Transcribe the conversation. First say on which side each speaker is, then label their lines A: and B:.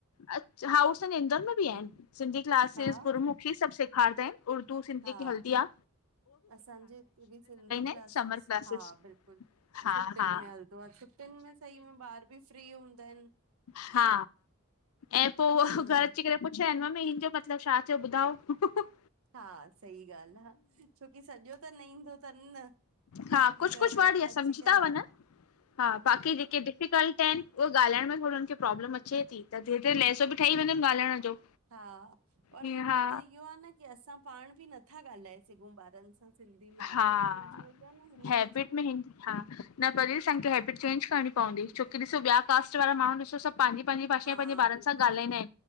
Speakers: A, on the left; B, on the right.
A: अ हा उ असांजे इंदौर में बि आहिन, सिंधी क्लासिस
B: हा
A: गुरमुखी सब सेखारींदा आहिन। उर्दू सिंधी
B: हा
A: की हलदी आ।
B: असांजे हिते बि सिंधी क्लासिस,
A: आहिनि समर क्लासिस
B: हा बिल्कुलु।
A: हा
B: छुटियुनि
A: हा
B: में हलंदो आ, छुटियुनि में सही में ॿार बि फ्री हूंदा आहिन।
A: हा, ऐं पो उह
B: हम्म
A: घरु अची करे पुछंदा आहिन मम्मी हिन जो मतिलबु छा थ्यो ॿुधायो।
B: हा सही ॻाल आ, छोकी सॼो त न ईंदो अथन न।
A: हा कुछ
B: घर
A: कुछ वर्ड
B: अची
A: सम्झी
B: करे
A: ता वंञन, हा बाक़ी जेके डिफीकल्ट टैन उ ॻाल्हाइण में थोड़ो हुनखे प्रोब्लम अचे थी। त धीरे धीरे लहजो बि ठही वेंदो ॻाल्हाइण जो
B: हा और
A: ईअं
B: हाणे
A: हा।
B: त इहो आ न की असां पाण बि नथा ॻाल्हाए सघूं ॿारनि सां। सिंधी में आदत
A: हा
B: पएजी वेंदी आ न हिंदी
A: हैबिट
B: जी
A: में हिन हा न पर इंसान खे हैबिट चेंज करणी पवंदी छोकी ॾिसो ॿिया कास्ट वारा माण्हू ॾिसो सभु पांजी पांजी भाषा
B: हा
A: पंहिंजे ॿारनि
B: बिल्कुलु
A: सां ॻाल्हाईंदा आहिनि